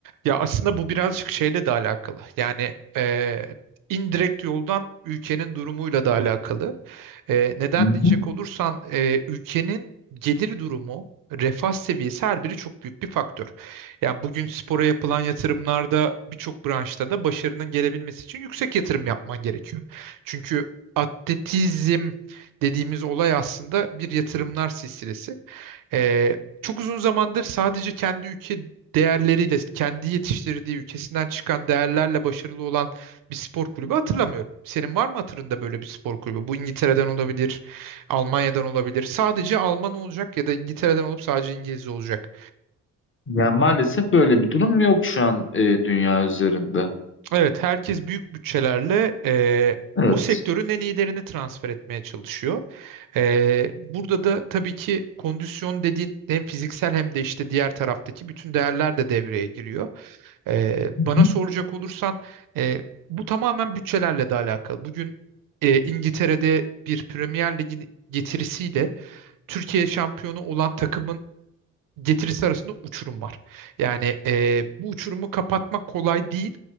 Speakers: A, on the right (about 60°); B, on the left (about 35°).
A: Ya aslında bu birazcık şeyle de alakalı. Yani eee indirekt yoldan ülkenin durumuyla da alakalı. E, neden
B: Hı hı.
A: diyecek olursan e, ülkenin gelir durumu, refah seviyesi her biri çok büyük bir faktör. Yani bugün spora yapılan yatırımlarda birçok branşta da başarının gelebilmesi için yüksek yatırım yapman gerekiyor. Çünkü atletizm dediğimiz olay aslında bir yatırımlar silsilesi. Ee, çok uzun zamandır sadece kendi ülke değerleriyle, kendi yetiştirdiği ülkesinden çıkan değerlerle başarılı olan bir spor kulübü hatırlamıyorum. Senin var mı hatırında böyle bir spor kulübü? Bu İngiltere'den olabilir, Almanya'dan olabilir. Sadece Alman olacak ya da İngiltere'den olup sadece İngiliz olacak.
B: Yani maalesef böyle bir durum yok şu an e, dünya üzerinde.
A: Evet, herkes büyük bütçelerle eee,
B: Evet.
A: o sektörün en iyilerini transfer etmeye çalışıyor. Eee, burada da tabii ki kondisyon dediğin hem fiziksel hem de işte diğer taraftaki bütün değerler de devreye giriyor. Ee,
B: Hı
A: bana soracak olursan e, bu tamamen bütçelerle de alakalı. Bugün e, İngiltere'de bir Premier Lig'in getirisiyle Türkiye şampiyonu olan takımın getirisi arasında uçurum var. Yani e, bu uçurumu kapatmak kolay değil.